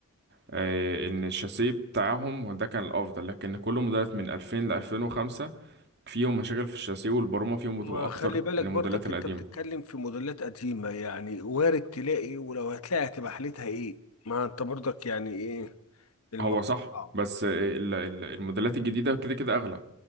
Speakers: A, on the right; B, on the left.
A: آه، ان الشاسيه بتاعهم ده كان الافضل لكن كل موديلات من 2000 ل 2005 فيهم مشاكل في الشاسيه والبرومه فيهم
B: ما
A: بتبقى اكتر
B: خلي بالك
A: من الموديلات
B: برضك
A: القديمه
B: انت بتتكلم في موديلات قديمه يعني وارد تلاقي ولو هتلاقي هتبقى حالتها ايه ما انت برضك يعني ايه الموضوع
A: هو صح
B: صعب.
A: بس آه، ال- ال- الموديلات الجديده كده كده اغلى